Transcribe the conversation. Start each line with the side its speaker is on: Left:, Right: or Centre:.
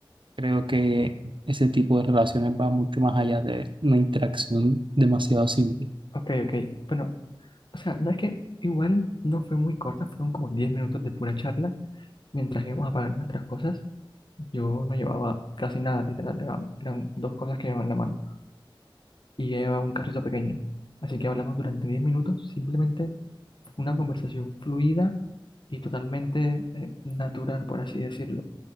Right: Creo que ese tipo de relaciones va mucho más allá de una interacción demasiado simple.
Left: Ok, ok. Bueno, o sea, no es que igual no fue muy corta, fueron como 10 minutos de pura charla mientras íbamos a pagar nuestras cosas. Yo no llevaba casi nada, literal, era- eran dos cosas que llevaba en la mano y yo llevaba un carrito pequeño. Así que hablamos durante 10 minutos, simplemente una conversación fluida y totalmente eh, natural, por así decirlo.